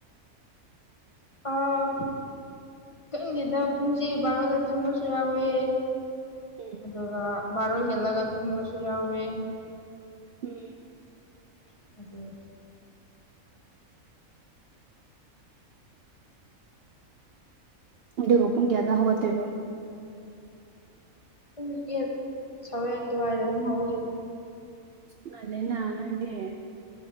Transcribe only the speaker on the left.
ꯑꯥ ꯈꯪꯗꯦꯗ ꯄꯨꯡꯁꯤ ꯕꯥꯔꯣꯗ ꯇꯨꯝꯕꯁꯨ ꯌꯥꯎꯋꯦ
ꯑꯗꯨꯒ ꯕꯔꯣ ꯍꯦꯂꯒ ꯇꯨꯝꯁꯨ ꯌꯥꯎꯋꯦ
<unintelligible>
ꯑꯗꯨꯝ ꯌꯦꯠ ꯁꯋꯦꯟ ꯑꯗꯨꯋꯥꯏꯗ ꯑꯗꯨꯝ ꯍꯧꯒꯠꯂ